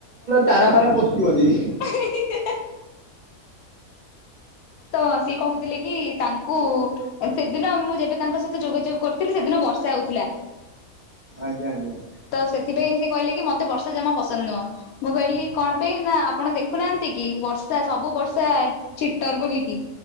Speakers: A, on the right; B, on the left.
A: ତାର ଫାର ପୋତିବନି।
B: <unintelligible> ତ ସିଏ କହୁଥିଲେ କି ତାଙ୍କୁ ସେଦିନ ମୁଁ ଯେବେ ତାଙ୍କ ସହିତ ଯୋଗାଯୋଗ କରୁଥିଲେ ସେଦିନ ବର୍ଷା ହଉଥିଲା।
A: ଆଜ୍ଞା ଆଜ୍ଞା
B: ତ ସେଥିପାଇଁ ସେ କହିଲେ କି ମତେ ବର୍ଷା ଜମା ପସନ୍ଦ ନୁହଁ। ମୁଁ କହିଲି କଣ ପାଇଁ ନା, ଆପଣ ଦେଖୁନାହାନ୍ତି କି ବର୍ଷା ସବୁ ବ ର୍ଷା ଚିଟ୍ଟର ବୋଲିକି